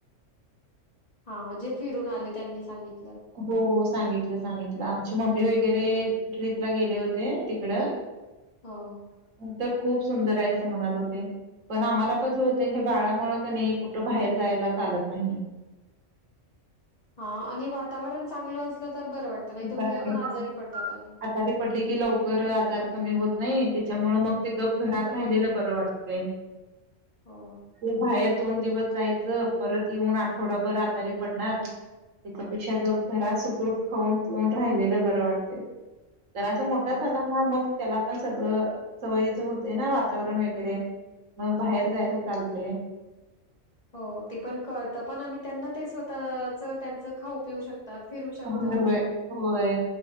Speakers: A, on the left; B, on the right.
A: हा जे फिरून आले त्यांनी सांगित
B: हो हो सांगितलं सांगितलं आमची मम्मी वगैरे ट्रिपला गेले होते तिकड
A: हो.
B: तर खूप सुंदर आहे असं म्हणत होते. पण आम्हाला कसं होतं हे बाळामुळं क नई कुठं बाहेर जायला चालत नाही. <inaudible>
A: हा आणि वातावरण चांगलं असलं तर बरं वाटतं नाही तर
B: बरं
A: मुलं
B: आहे
A: पण
B: ना.
A: आजारी पडतात आणि.
B: आजारी पडली की लवकर आजार कमी होत नाही त्याच्यामुळ मग ते गप घरात राहिलेलं बरं वाटतय.
A: हो,
B: ते बाहेर दोन दिवस जायचं परत येऊन आठवडाभर आजारी पडणार पेक्षा गप घरात सुखरूप खाऊन पिऊन राहिलेलं बरं वाटते जरासा मोठा
A: हो,
B: झाला ह मग त्याला पण सगळं सवयीचं होतंय ना वातावरण वगैरे मग बाहेर जाय का चालते
A: हो ते पण कळत पण आणि त्यांना ते स्वतःच त्यांच खाऊ पिऊ शकतात फिर शकतात
B: होय होय होय.